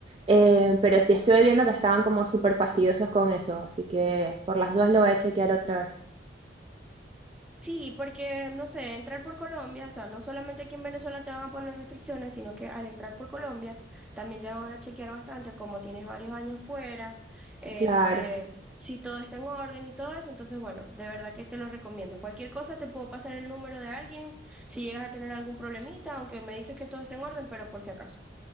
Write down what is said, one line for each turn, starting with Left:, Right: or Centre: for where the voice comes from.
Right: Eh, pero sí estuve viendo que estaban como súper fastidiosos con eso, así que por las dudas lo voy a chequear otra vez.
Centre: Sí, porque, no sé, entrar por Colombia, o sea, no solamente aquí en Venezuela te van a poner restricciones, sino que al entrar por Colombia también te van a chequear bastante, como tienes varios años fuera, este,
Right: Claro.
Centre: si todo está en orden y todo eso, entonces, bueno, de verdad que te lo recomiendo. Cualquier cosa te puedo pasar el número de alguien si llegas a tener algún problemita, aunque me dices que todo está en orden, pero por si acaso.